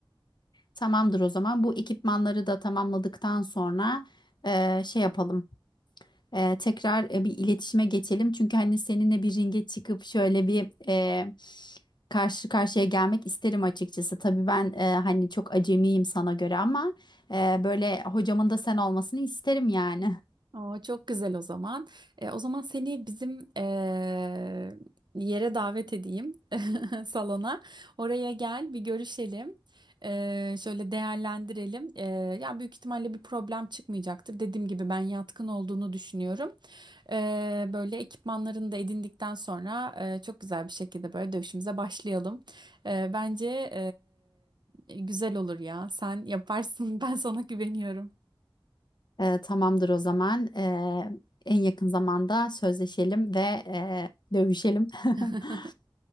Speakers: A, on the left; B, on the right.
A: tamamdır o zaman. Bu ekipmanları da tamamladıktan sonra e, şey yapalım. E, tekrar e, bir iletişime geçelim. Çünkü hani seninle bir ringe çıkıp şöyle bir e, karşı karşıya gelmek isterim açıkçası. Tabii ben e, hani çok acemiyim sana göre ama e, böyle hocamın da sen olmasını isterim yani.
B: Aa, çok güzel o zaman. E, o zaman seni bizim e, yere davet edeyim. salona. Oraya gel bir görüşelim. Ee, şöyle değerlendirelim. Ee, ya büyük ihtimalle bir problem çıkmayacaktır. Dediğim gibi ben yatkın olduğunu düşünüyorum. Ee, böyle ekipmanlarını da edindikten sonra e, çok güzel bir şekilde böyle dövüşümüze başlayalım. Ee, bence e, güzel olur ya. Sen yaparsın. <laughs> Ben sana güveniyorum.
A: E, tamamdır o zaman. E, en yakın zamanda sözleşelim ve e, dövüşelim.
B: <laughs>
A: <laughs>